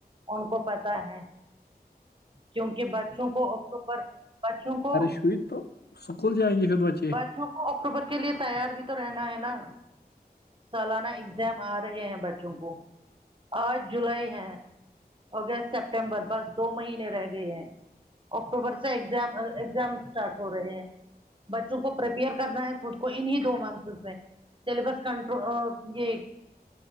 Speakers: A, on the right (about 30°); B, on the left (about 85°).
A: ان کو پتا ہے کیونکہ بچوں کو اکتوبر بچوں کو
B: سئی تو اسکول جائیں گے پھر بچے
A: بچوں کو اکتوبر کے لیے تیار بھی تو رہنا ہے نا سالانہ ایگزام آ رہے ہیں بچوں کو آج جولائی ہے اگست سپٹمبر بس دو مہینے رہ گئے ہیں اکٹوبر سے ایگزام ایگزام اسٹارٹ ہو رہے ہیں بچوں کو پرریپیئر کرنا ہے خود کو انیں دو منتھ میں سلیبس کنٹر یہ